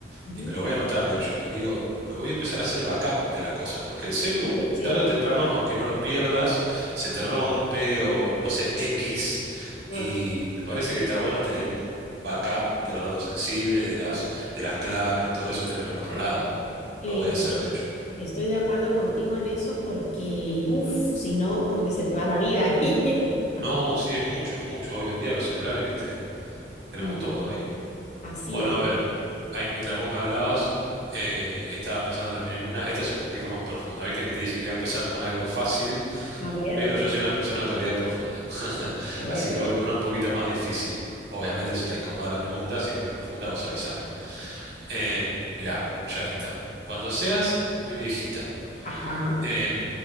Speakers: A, on the left (about 40°); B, on the right (about 60°).
A: Ujú.
B: y me lo voy a anotar, de hecho, y digo, me voy a empezar a hacer backup de las cosas, porque el celu,
A: Ok, Sí,
B: tarde o temprano,
A: ¿verdad?
B: aunque no lo pierdas, se te rompe o no sé, X,
A: Ah,
B: y me parece que está bueno tener un backup de los datos sensibles, de las, de las claves, de todo eso, tenerlo en otro lado.
A: eh,
B: Lo voy a hacer,
A: sí,
B: de hecho.
A: Estoy de acuerdo contigo en eso porque, uff, si no, como que se te va la vida ahí. <laughs>
B: No, sí, es mucho, es mucho. Hoy en día los celulares, viste, tenemos
A: Mm,
B: todo ahí.
A: Así
B: Bueno,
A: es.
B: a ver, ahí, mientras vos me hablabas, eh, estaba pensando también en una, esta es un poquito más profunda, viste que te dije que iba a empezar con algo fácil,
A: A ver,
B: pero yo soy una persona en realidad profunda, <laughs>
A: a ver,
B: así
A: a
B: que voy
A: ver.
B: con una un poquito más difícil. Obviamente, si te incomoda la pregunta, si es muy profunda, vos avísame. Em, mirá, ya está. Cuando seas muy viejita,
A: Ajá.
B: em,